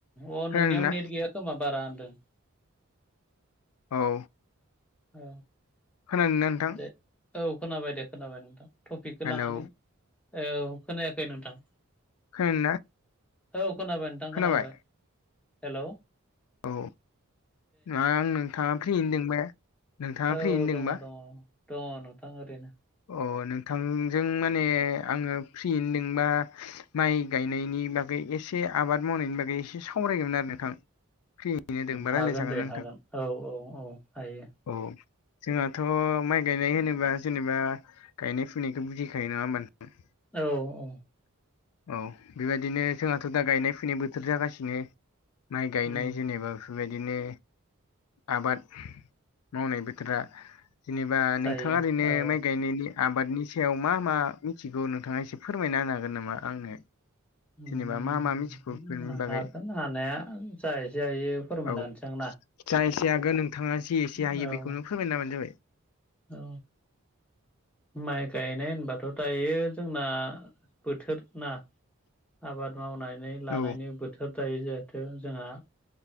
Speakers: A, in the centre; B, on the left.
A: अ
B: खोनादोंना
A: नोंनियाव नेट गैया खोमा बारा होनदों
B: औ
A: औ
B: होनानै ननो नोंथां
A: दे औ खोनाबाय दे खोनाबाय नोंथां टपिकखौ
B: हेलौ
A: लानानै औ खोनायाखै नोंथां
B: खोनादोंना
A: औ खोनाबाय नोंथां खोनाबाबाय
B: खोनाबाय
A: हेल'
B: औ ना आं नोंथाङा फ्रियेनो दोंबा नोंथाङा
A: औ
B: फ्रियैनो दोंबा
A: दङ दङ दङ नोंथां ओरैनो
B: अ नोंथांजों माने आङो फ्रि होनदोंबा माइ गायनायनि बागै एसे आबाद मावनायनि बागै एसे सावरायगौमोन आरो नोंथां फ्रियैनो दोंबा
A: हागोन
B: रायज्लायजागोन
A: दे
B: नोंथां
A: हागोन औ औ औ हायो
B: औ जोंहाथ' माइ गायनाय होनोबा जेनेबा गायनाय फुनायखौ बुजिखायो नङा होमब
A: औ औ
B: औ बेबायदिनो जोंहाथ' दा गायनाय फुनाय बोथोर जागासिनो माइ गायनाय
A: उम
B: जेनेबा बेबायदिनो आबाद मावनाय बोथोरा जेनेबा नोंथाङा
A: जायो
B: ओरैनो
A: औ
B: माइ गायनायनि आबादनि सायाव मा मा मिथिगौ नोंथाङा एसे फोरमायना होन हागोन नामा आंनो
A: उम
B: जेनेबा मा मा मिथिगौ बेफोरनि बागै
A: हागोन हानाया जा एसे हायो फोरमायना
B: औ
A: होनोसै आं
B: जा एसे हगोन नोंथाङा जि
A: ना
B: एसे हायो
A: औ
B: बेखौनो फोरमायना होबानो जाबाय
A: औ माइ गायनाय होनबाथ' दायो जोंना बोथोर ना आबाद मावनानै लानायनि
B: औ
A: बोथोर जायो जिहेथु जोंहा